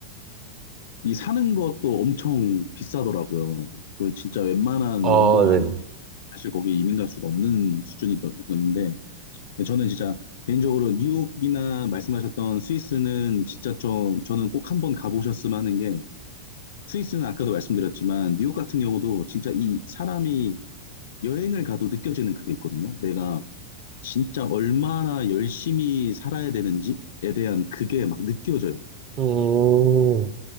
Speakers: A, on the left (about 55°); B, on the right (about 35°).
A: 이 사는 것도 엄청 비싸더라고요. 그 진짜 웬만한
B: 아
A: 연봉
B: 네.
A: 아니면 사실 거기에 이민 갈 수가 없는 수준이었는데 네, 저는 진짜 개인적으로 뉴욕이나 말씀하셨던 스위스는 진짜 좀 저는 꼭 한번 가보셨으면 하는 게 스위스는 아까도 말씀드렸지만 뉴욕 같은 경우도 진짜 이 사람이 여행을 가도 느껴지는 그게 있거든요. 내가 진짜 얼마나 열심히 살아야 되는지에 대한 그게 막 느껴져요.
B: 음,